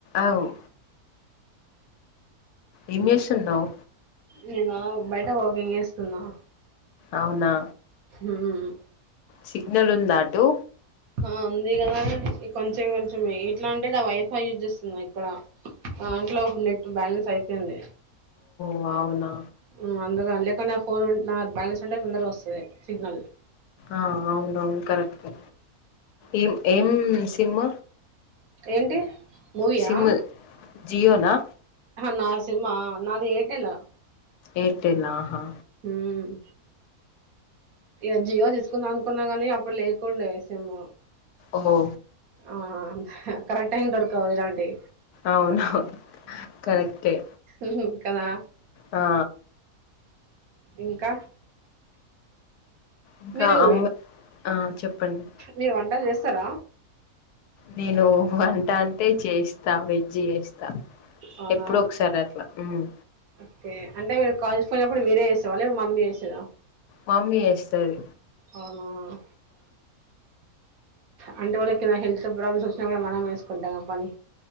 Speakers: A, on the left; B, on the right.
A: అవ్ ఏం చేస్తున్నావ్
B: నేనా బయట వాకింగ్ చేస్తున్నా
A: అవునా
B: ఉమ్మ్
A: సిగ్నల్ ఉందా అటు
B: ఆ ఉంది కదా కొంచెం కొంచమే ఎట్లా అంటే ఇడ వైఫై యూజ్ చేస్తున్న ఇక్కడ దాంట్లో నెట్ బ్యాలెన్స్ అయిపోయింది
A: ఓ కావున
B: ఉమ్మ్ అందుగా లేకునా ఫోన్ నా బ్యాలెన్స్ ఉంటే తొందరగా వస్తాది సిగ్నల్
A: ఆ అవునవును కరెక్టే ఏం ఏం సిమ్
B: ఏంటి మూవీ యా
A: సిమ్ జియోనా
B: హా నా సిమా నాది ఎయిర్టెల్
A: ఏయిర్టెల్ ఆహా
B: ఉమ్మ్ ఇగ జియో తీసుకుందాం అనుకున్నా గాని అప్పుడు లేకుండే సిమ్
A: ఓహో
B: ఆ కరెక్ట్ టైంకి దొరకవు ఇలాంటియి
A: అవునవును కరెక్టే
B: మ్మ్ఉహ్మ్ కదా
A: ఆ
B: ఇంకా
A: ఇంకా
B: మీరు
A: అమ్మ ఆ చెప్పండి
B: మీరు వంటలు చేస్తారా
A: నేను వంట అంటే చేస్తా వెజ్ చేస్తా
B: అవునా
A: ఎప్పుడో ఒకసారి అట్లా మ్
B: ఓకే అంటే మీరు కాలేజ్ పోయినప్పుడు మీరే చేసేవాళ్ల లేదా మమ్మీ చేసేదా
A: మమ్మీ చేస్తాది
B: అవునా అంటే ఎవళ్ళకైన హెల్త్ ప్రాబ్లమ్స్ వచ్చినా కూడా మనమే చేసుకుంటాం కదా పని